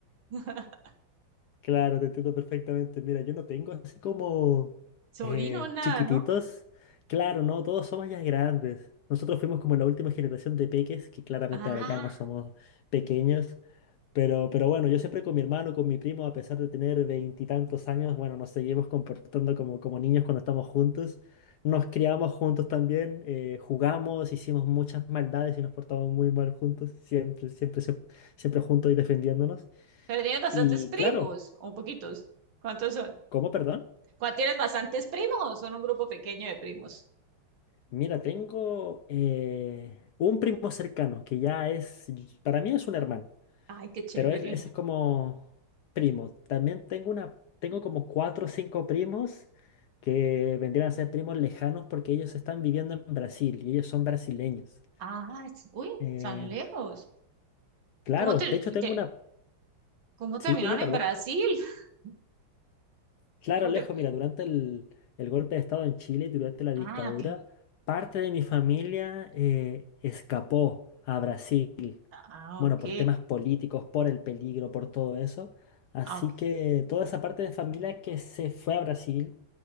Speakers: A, on the right; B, on the left.
A: <laughs>
B: Claro, te entiendo perfectamente. Mira, yo no tengo así como
A: Sobrino,
B: eh,
A: nada,
B: chiquititos.
A: ¿no?
B: Claro, no, todos somos ya grandes. Nosotros fuimos como la última generación de peques, que claramente
A: Ah,
B: ahora ya no somos pequeños. Pero, pero bueno, yo siempre con mi hermano, con mi primo, a pesar de tener veintitantos años, bueno, nos seguimos comportando como, como niños cuando estamos juntos. Nos criamos juntos también, eh, jugamos, hicimos muchas maldades y nos portamos muy mal juntos, siempre, siempre, siempre, siempre juntos y defendiéndonos.
A: pero tienes bastantes
B: Y
A: primos,
B: claro,
A: o poquitos. ¿Cuántos son?
B: ¿cómo, perdón?
A: ¿Cuán- ¿Tienes bastantes primos o son un grupo pequeño de primos?
B: Mira, tengo eh, un primo cercano que ya es, para mí es un hermano,
A: Ay, qué chévere.
B: pero es- ese es como primo. También tengo una, tengo como cuatro o cinco primos que vendrían a ser primos lejanos porque ellos están viviendo en Brasil y ellos son brasileños.
A: Ah, es- uy,
B: Eh,
A: tan lejos.
B: claro,
A: ¿Y cómo te,
B: de hecho tengo
A: te-
B: una,
A: ¿Cómo terminaron
B: sí, dime, perdón.
A: en Brasil? <laughs>
B: Claro,
A: ¿Cómo
B: Alejo,
A: te-
B: mira, durante el, el golpe de Estado en Chile y durante la dictadura,
A: Ah, ok.
B: parte de mi familia eh, escapó a Brasil.
A: Ah,
B: bueno,
A: ok.
B: por temas políticos, por el peligro, por todo eso. Así
A: Ah, ok.
B: que toda esa parte de familia que se fue a Brasil